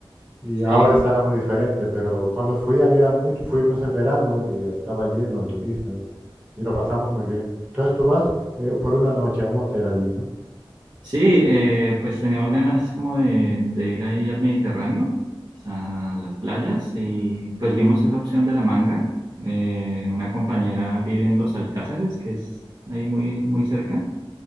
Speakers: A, on the right; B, on the right.
A: Y
B: sí,
A: ahora estará muy diferente, pero cuando fui había mucho, fuimos en verano y estaba lleno de turistas y lo pasamos muy bien. Entonces tú vas eh, por una noche a un hotel allí, ¿no?
B: Sí, eh, pues teníamos ganas como de, de ir ahí al Mediterráneo, o sea, a las playas, y pues vimos esa opción de la manga. Eh, una compañera vive en Los Alcázares, que es ahí muy, muy cerca,